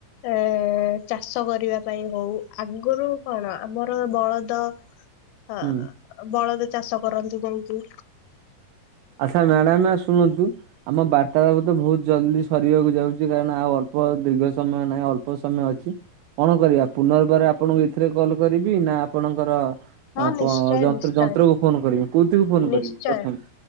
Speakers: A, on the left; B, on the right.
A: ଆ ଚାଷ କରିବା ପାଇଁ ହଉ। ଆଗରୁ କଣ ଆମର ବଳଦ ହ
B: ହୁଁ
A: ବଳଦ ଚାଷ କରନ୍ତି କାହିଁକି?
B: ଆଚ୍ଛା ମ୍ୟାଡାମ ଶୁଣନ୍ତୁ ଆମ ବାରଟା ଦବ ତ ବହୁତ ଜଲଦି ରିବାକୁ ଯାଉଛି କାହିଁକ ନା ଆଉ ଅଳ୍ପ ଦୀର୍ଘ ସମୟ ନାହିଁ ଅଳ୍ପ ସମୟ ଅଛି। କଣ କରିବା ପୁନର୍ବାର ଆପଣଙ୍କୁ ଏଥିରେ କଲ କରିବି। ନା ଆପଣଙ୍କର
A: ହଁ
B: ଆ
A: ନିଶ୍ଚୟ
B: ଯନ୍ତ
A: ନିଶ୍ଚୟ
B: ଯନ୍ତ୍ରକୁ ଫୋନ କରିବି କୋଉଥିକୁ ଫୋନ
A: ନିଶ୍ଚୟ
B: କରିବି ପ୍ରଥାମ।